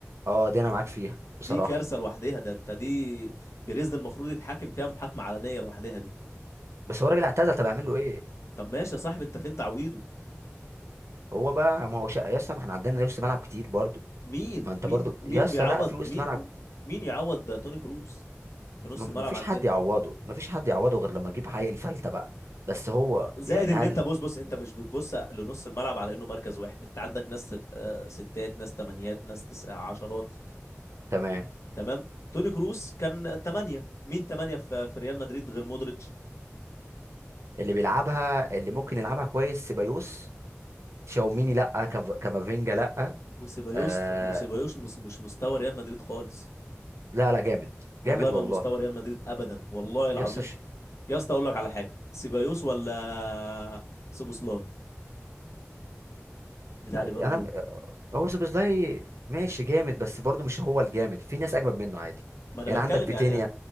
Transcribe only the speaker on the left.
دي
كارثة لوحدها ده انت دي بيريز ده المفروض يتحاكم فيها محاكمة علنية لوحدها دي
طب ماشي يا صاحبي انت فين تعويضه
مين
مين
مين
بيعوض
مين
مين يعوض ده توني كروس في نص
الملعب
عندنا
زائد
ان
انت بص بص انت مش بتبص لنص الملعب على انه مركز واحد انت عندك ناس آه، ستات ناس تمانيات ناس تسع عشرات
تمام توني كروس كان تمانية مين تمانية في في ريال مدريد غير مودريتش
وسيبايوس
وسيبايوس مس- مش مستوى ريال مدريد خالص
والله
ما
مستوى ريال مدريد ابدا والله العظيم
يا اسطى اقول لك على حاجه سيبايوس ولا سوبوسلاي بتاع
ليفربول
ما انا
بتكلم
يعني